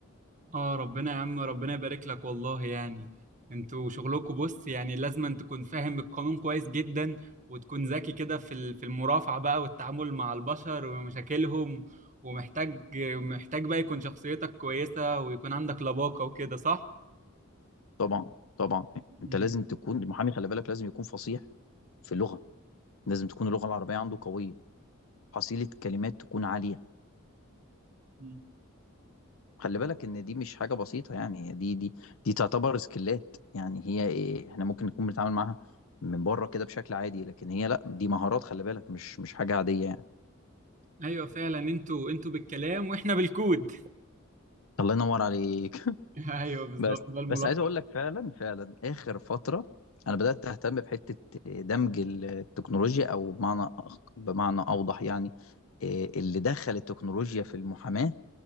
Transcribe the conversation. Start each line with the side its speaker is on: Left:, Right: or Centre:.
Right: اه ربنا يا عم ربنا يبارك لك والله يعني انتوا شغلكم بص يعني لازم أن تكون فاهم القانون كويس جدا وتكون ذكي كده في ال- في المرافعة بقى والتعامل مع البشر ومشاكلهم ومحتاج محتاج بقى يكون شخصيتك كويسة ويكون عندك لباقة وكده صح؟
Left: طبعا طبعا
Right: مم.
Left: انت لازم تكون المحامي خلي بالك لازم يكون فصيح في اللغه لازم تكون اللغة العربية عنده قوية حصيلة كلمات تكون عالية
Right: مم.
Left: خلي بالك ان دي مش حاجة بسيطة يعني دي دي دي تعتبر سكيلات يعني هي إيه احنا ممكن نكون بنتعامل معاها من بره كده بشكل عادي لكن هي لا دي مهارات خلي بالك مش مش حاجة عادية يعني
Right: ايوه فعلا انتوا انتوا بالكلام واحنا بالكود
Left: الله ينور عليك <laughs>
Right: <laughs> ايوه بالظبط
Left: بس
Right: ده الملخص
Left: بس عايز اقول لك فعلا فعلا اخر فترة انا بدأت اهتم بحتة دمج التكنولوجيا او بمعنى أخ- بمعنى اوضح يعني إيه، اللي دخل التكنولوجيا في المحاماة